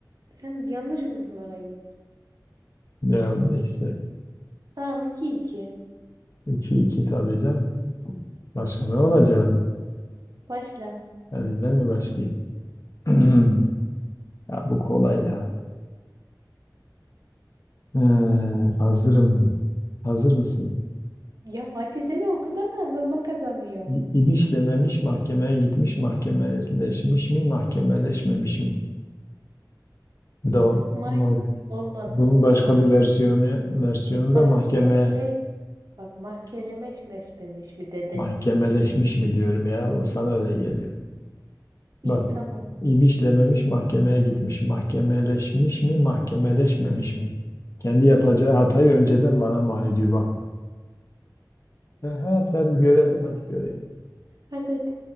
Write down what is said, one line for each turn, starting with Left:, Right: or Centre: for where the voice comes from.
Right: Sen yanlış okudun orayı.
Left: Ya neyse.
Right: Tamam iki iki
Left: iki iki tabii canım. Başka ne olacaktı?
Right: Başla.
Left: Hadi ben mi başlayayım? <clears throat> Ya bu kolay ya. Ee, hazırım. Hazır mısın?
Right: Ya hadi seni okusana zaman kazanıyor.
Left: İ- İbişlememiş mahkemeye gitmiş, mahkemeleşmiş mi, mahkemeleşmemiş mi? Bu da
Right: Mak
Left: olur.
Right: olmadı.
Left: Bunun başka
Right: Mak
Left: bir versiyonu, versiyonu
Right: mahkele
Left: da mahkemeye,
Right: bak mahkelemeşmeşmemiş mi dedin?
Left: mahkemeleşmiş mi diyorum ya. O sana öyle geliyor.
Right: İyi
Left: Bak,
Right: tamam.
Left: ibişlememiş mahkemeye gitmiş, mahkemeleşmiş mi, mahkemeleşmemiş mi? Kendi yapacağı
Right: İyi. tamam.
Left: hatayı önceden bana mal ediyor bak. E, Hadi hadi görelim, hadi göreyim.
Right: Hadi hadi.